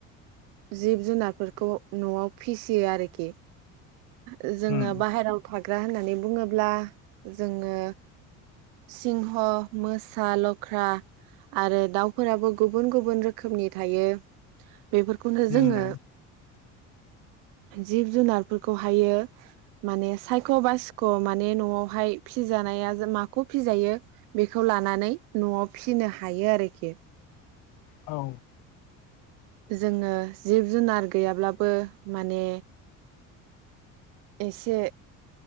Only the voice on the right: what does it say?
जिब जुनारफोरखौ न'आव फिसियो आरोखि। ओ जोंङो
बाहेरायाव थाग्रा होननानै बुंङोब्ला जोंङो सिंह, मोसा, लख्रा आरो दाव फोराबो गुबुन गुबुन रोखोमनि थायो। खौगौ
जोंङो जिब जुनारफोरखौ हायो माने सायख' बासिख' माने न'आवहाय फिजानाया जे माखौ फिजायो बेखौ लानानै न'आव फिनो हायो आरोखि।
जोंङो जिब जुनार गैयाब्लाबो माने एसे